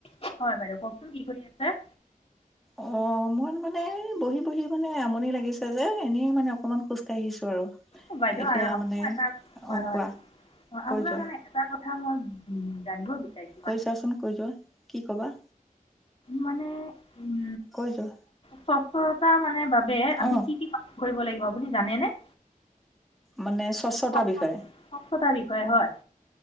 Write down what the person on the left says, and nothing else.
অ হয় বাইদেউ কওকচোন কি কৰি আছে?
অঁ' বাইদেউ
আৰু আপোনাৰ
এটা হয়
হয়,
অঁ'
আপোনাৰ
মানে- এটা কথা মই জানিব বিচাৰিছোঁ।
মানে উম
স্বচ্ছতা মানে বাবে আমি
কি কি কাম কৰিব লাগিব আপুনি জানেনে?
স্বচ্ছ-
স্বচ্ছতাৰ বিষয়ে হয়।